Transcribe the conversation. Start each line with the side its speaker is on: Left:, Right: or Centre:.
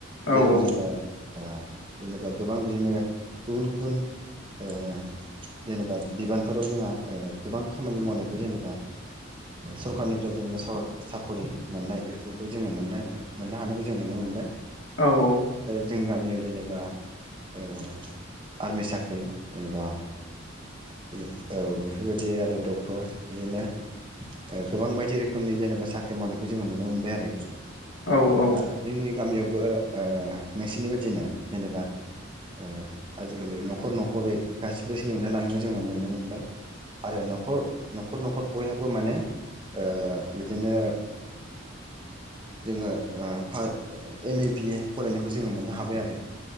Right: जेराव
Left: औ औ।
Right: जोङो ओ जेनेबा गोबां बिदिनो गुबुन गुबुन ओ जेनेबा बिबानफोराव जोंहा ओ गोबां खामानि मावनायखौ जेनेबा सरखारनिफ्राय जेनेबा स-साख'रि मोननाय बेफोरखौ जोङो मोननो मोननो हानायखौ जों नुनो मोनबाय
Left: औ औ।
Right: जोंनि गामियाव जेनेबा ओ आर्मि साख्रि जेनेबा ओ औ बेफोरबायदि आरो डक्टर बिदिनो गोबां बायदि रोखोमनि जेनेबा साख्रि मावनायखौ जोङो नुनो मोनबाय आरोखि।
Left: औ औ।
Right: दा जोंनि गामियावबो ओ नोंसिनि बायदिनो जेनेबा ओ आजिखालि न'खर न'खरै गासिबो सोलोंथाइ लानायखौ जोङो नुनो मोनबाय आरो नखर न'खर न'खर बयहाबो माने ओ बिदिनो जोङो ओ फा एम ए बिए फरायनो बेखौ जोङो मोननो हाबाय आरो